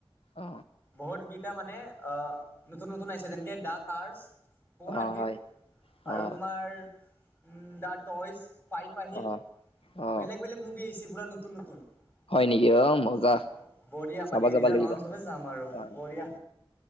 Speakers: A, on the left; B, on the left.
A: অ
B: বহুত কেইটা মানে আহ নতুন নতুন আহিছে যেনেকে ডা কাৰচ ফ'ৰ আহিল
A: অ হয়
B: আৰু
A: অ
B: তোমাৰ উম দা টইজ ফাইপ আহিল
A: অ অ
B: বেলেগ বেলেগ মুভি আহিছে পুৰা নতুন নতুন অ
A: হয় নেকি মজা
B: বঢ়িয়া
A: চাবা
B: মানে
A: যাবা
B: ৰিজা
A: লাগিব
B: লন্স হ'লেই চলে আৰু
A: অ
B: বঢ়িয়া